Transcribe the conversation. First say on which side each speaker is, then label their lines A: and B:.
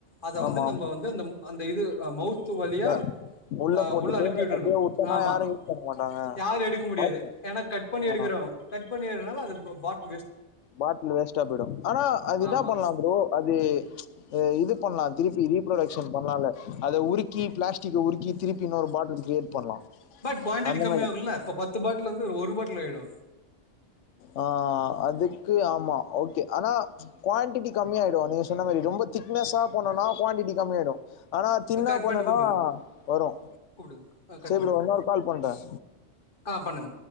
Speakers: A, on the left; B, on the left.
A: அத
B: ஆமா,
A: வந்து நம்ம
B: ஆமா.
A: வந்து அ அந்த இது மௌத் வழியா
B: இந்த
A: அ
B: போட்டுட்டு
A: உள்ள அனுப்பிடணும்
B: அப்படியே உட்டோம்னா
A: ஆமா
B: யாரும் யூஸ் பண்ண மாட்டாங்க.
A: யாரும் எடுக்க முடியாது
B: பாத்துட்டேன்.
A: ஏன்னா கட் பண்ணி
B: ஆ
A: எடுக்கிறோம் கட் எப்டி இருந்தாலும் அது பாட்
B: பாட்டில் வேஸ்டா போயிடும் ஆனா அது என்ன
A: ஆமா
B: பண்ணலா ப்ரோ அது இது பண்ணலாம் திருப்பி ரீப்ரொடக்ஷன் பண்ணலால அத உருக்கி பிளாஸ்டிக் உருக்கி திருப்பி இன்னொரு பாட்டில் கிரியேட் பண்ணலாம்
A: பட் குவாண்டிட்டி
B: அந்த
A: கம்மிய
B: மாரி.
A: ஆகுல இப்ப பத்து பாட்டில் வந்து ஒரு பாட்டில் ஆயிடும்
B: ஆ அதுக்கு ஆமா ஓகே ஆனா குவாண்டிட்டி கம்மியாயிடும் நீங்க சொன்ன மாரி ரொம்ப திக்னஸா போனோம்னா குவாண்டிட்டி கம்மியாயிடும் ஆனா தின்னா
A: கட்
B: போனோம்னா
A: பண்ணிட்டு கூப்பிடுங்க
B: வரும்
A: கூப்பிடுங்க ஆ கட்
B: செரி
A: பண்ணிட்டு கூப்பிடுங்க
B: இன்னொரு கால் பண்றேன்
A: ஆ பண்ணுங்க